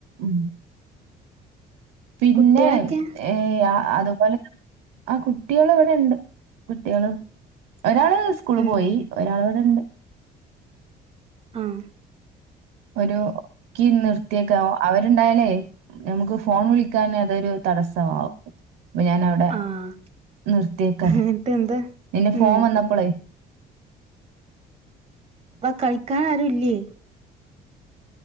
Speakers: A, on the right (about 80°); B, on the right (about 40°).
A: ഉം പിന്നെ
B: കുട്ട്യാളൊക്കെ
A: ഏഹ് ആ അതുപോലെ ആ കുട്ടികള് ഇവിടെ ഉണ്ട് കുട്ടികള് ഒരാള് സ്കൂള്
B: ഉം
A: പോയി ഒരാള് ഇവിടെണ്ട്
B: ആഹ്
A: ഒരു ക്കി നിർത്തിയക്ക അവരുണ്ടായാലേ നമുക്ക് ഫോൺ വിളിക്കാനെ അതൊരു തടസ്സമാവും അപ്പൊ ഞാൻ അവടെ
B: ആഹ്
A: നിർത്തിയേക്കാണ്
B: എന്നിട്ട് എന്താ
A: നിന്റെ ഫോം
B: ഉം
A: വന്നപ്പളേ
B: അവ കയിക്കാൻ ആരുല്ലേ